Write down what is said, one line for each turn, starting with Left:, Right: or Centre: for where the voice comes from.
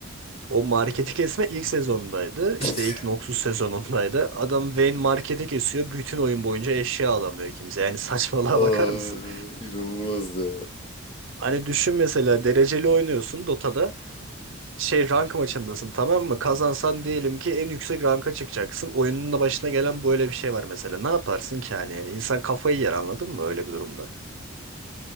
Right: O marketi kesme ilk sezondaydı.
Left: <laughs>
Right: İşte ilk Noxus sezonundaydı. Adam Vayne marketi kesiyor. Bütün oyun boyunca eşya alamıyor kimse. Yani saçmalığa
Left: Ay,
Right: bakar mısın?
Left: inanılmaz ya.
Right: Hani düşün mesela dereceli oynuyorsun Dota'da. Şey rank maçındasın tamam mı? Kazansan diyelim ki en yüksek ranka çıkacaksın. Oyunun da başına gelen böyle bir şey var mesela. Ne yaparsın ki hani? İnsan kafayı yer anladın mı öyle bir durumda?